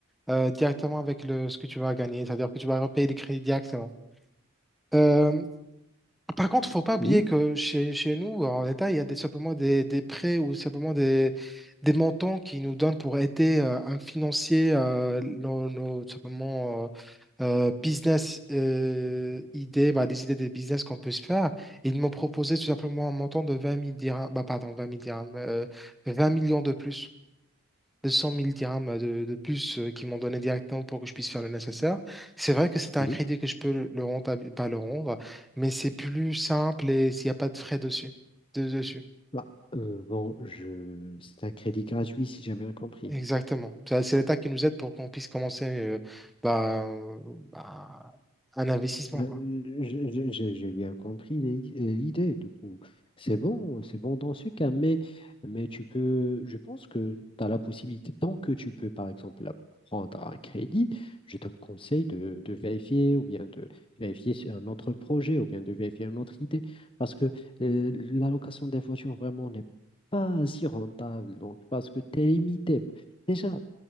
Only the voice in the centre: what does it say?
euh, directement avec le, ce que tu vas gagner, c'est-à-dire que tu vas repayer les crédits directement. Euh, Ah, Par contre, faut pas oublier
que chez, chez nous, en l'État, il y a des, simplement des, des prêts ou simplement des, des montants qui nous donnent pour aider euh, à financer euh, nos, nos, simplement, euh, euh, business euh, idées, bah, les idées des business qu'on peut se faire. Et ils m'ont proposé tout simplement un montant de 20 000 dirhams, bah, pardon, 20 000 dirhams, euh, 20 millions de plus deux cent mille dirhams de, de plus euh, qu'ils m'ont donné directement pour que je puisse faire le nécessaire. C'est vrai que c'est un
crédit que je peux le, le rentable- pas le rendre, mais c'est plus simple et s'il n'y a pas de frais dessus. de- dessus.
Exactement. Ça, C'est l'État qui nous aide pour qu'on puisse commencer euh, bah, euh, bah, un investissement,
quoi.